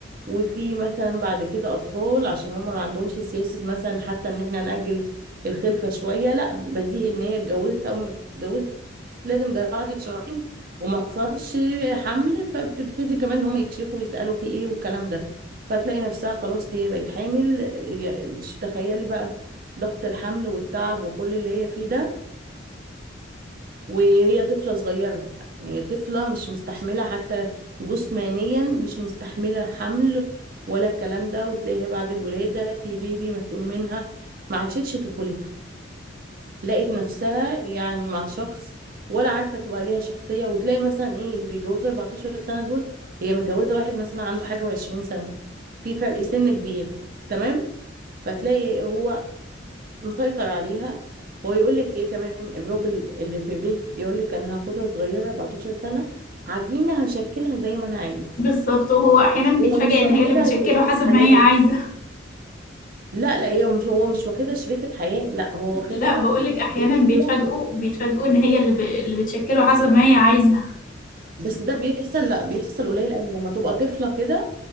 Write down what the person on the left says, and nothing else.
بالظبط وهو احيانا بيتفاجئ
ان هي اللي بتشكله
حسب
ما هي عايزة
<laughs>
لا بقولك احيانا
بيتفاجئوا بيتفاجئوا ان هي اللي ب... اللي بتشكله حسب ما هي عايزة